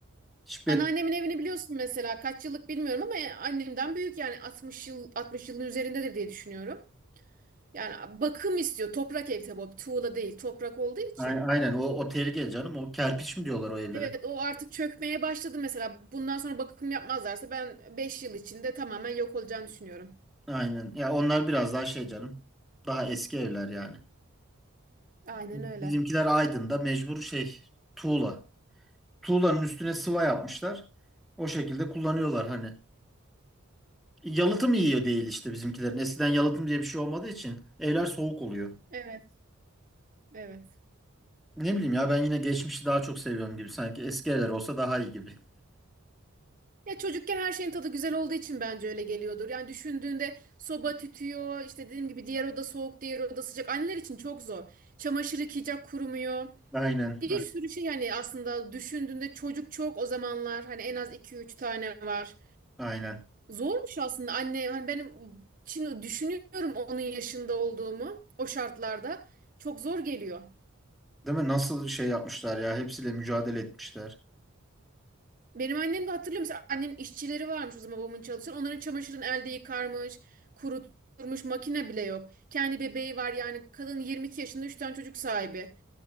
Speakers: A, in the centre; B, on the right.
A: Hiç
B: Anneannemin evini biliyorsun mesela kaç yıllık bilmiyorum ama annemden büyük yani 60 yıl 60 yılın üzerindedir diye düşünüyorum. Yani bakım istiyor. Toprak ev tabii o bir tuğla değil. Toprak olduğu için.
A: Ay- Aynen o, o tehlike canım. O kerpiç mi diyorlar o evlere?
B: Evet o artık çökmeye başladı mesela. Bundan sonra bakım yapmazlarsa ben 5 yıl içinde tamamen yok olacağını düşünüyorum.
A: Aynen. Ya onlar biraz daha şey canım. Daha eski evler yani.
B: Aynen
A: Bizimkiler
B: öyle.
A: Aydın'da mecbur şey tuğla. Tuğlanın üstüne sıva yapmışlar. O şekilde kullanıyorlar hani. Yalıtım iyi değil işte bizimkilerin. Eskiden yalıtım diye bir şey olmadığı için evler soğuk oluyor.
B: Evet, evet.
A: Ne bileyim ya ben yine geçmişi daha çok seviyorum gibi. Sanki eski evler olsa daha iyi gibi.
B: Ya çocukken her şeyin tadı güzel olduğu için bence öyle geliyordur. Yani düşündüğünde soba tütüyor, işte dediğim gibi diğer oda soğuk, diğer oda sıcak. Anneler için çok zor. Çamaşır yıkayacak kurumuyor.
A: <laughs> Aynen.
B: Bir sürü şey hani aslında düşündüğünde çocuk çok o zamanlar hani en az iki üç tane var.
A: Aynen.
B: Zormuş aslında anne hani benim şimdi düşünüyorum onun yaşında olduğumu o şartlarda çok zor geliyor.
A: Değil mi? Nasıl şey yapmışlar ya. Hepsiyle mücadele etmişler.
B: Benim annem de hatırlıyor musun? Annemin işçileri varmış o zaman babamın çalışan. Onların çamaşırını elde yıkarmış, kurutmuş, makine bile yok. Kendi bebeği var yani kadın 22 yaşında 3 tane çocuk sahibi.